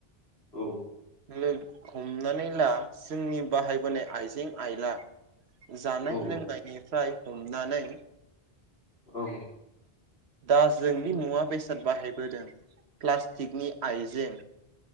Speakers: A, on the left; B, on the right.
A: औ।
B: लो हमनानै ला जोंनि बाहायबोनाय आइजें आइला जानाय
A: औ
B: लोंनायनिफ्राय हमनानै
A: औ।
B: दा जोंनि मुवा बेसाद बाहायबोदों। प्लास्टिकनि आइजें